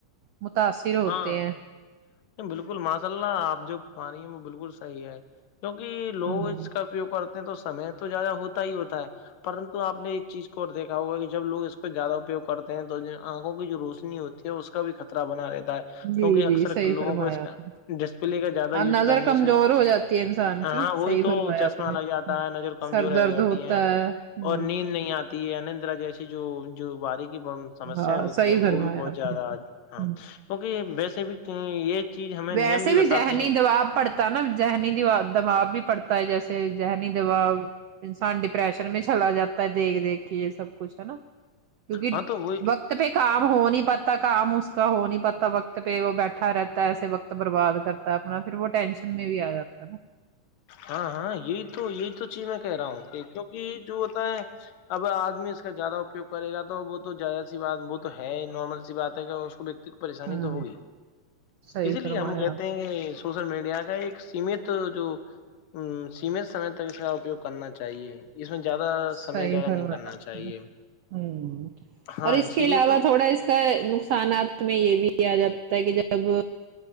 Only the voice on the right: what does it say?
متاثر ہوتے
ہیں
ہاں
جی
جی صحیح
فرمایا
آپ نے
اور نظر
کمزور
ہو جاتی ہے انسان
کی صحیح
فرمایا
آپ نے
ہوں،
سر درد
ہوتا
ہ
ہاں
صحیح
فرمایا
آپ
نے ہوں،
ویسے
بھی
ذہنی
دبااب پڑتا پتا نا ذہنیا دبااب بھی پڑتا ہے جیسے ذہنی دباؤ انسان ڈپریشن میں چلا جاتا ہے دیکھ دیکھ کے یہ سب کچھ ہے نا کیونکہ
وقت پہ کام ہو نہیں پاتا کام اس کا ہو نہیں پاتا وقت وت پہ وہ بیٹھا رہتا ہے ایسے وقت برباد کرتا ہے اپنا پھر وہ ٹینشن میں بھی آ جاتا ہے نا
ہوں
صحیح
فرمایا
آپ نے،
صحیح
فرمایا
آپ
نے ہوں
اور اس
کے
علاوہ
تھوڑا اس کا نقصانات میں یہ بھی آ جاتا ہے کہ جب